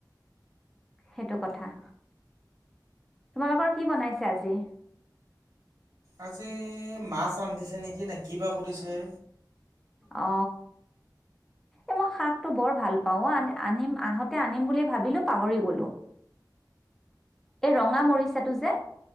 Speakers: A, in the centre; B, on the right.
A: সেইটো কথা। তোমালোকৰ কি বনাইছে আজি?
B: আজি মাছ ৰান্ধিছে নেকি নে কিবা কৰিছে।
A: অ। এই মই শাকটো বৰ ভাল পাওঁ অ আ আনিম আহোতে আনিম বুলি ভাবিলো পাহৰি গ'লো। এই ৰঙা মৰিচাটো যে,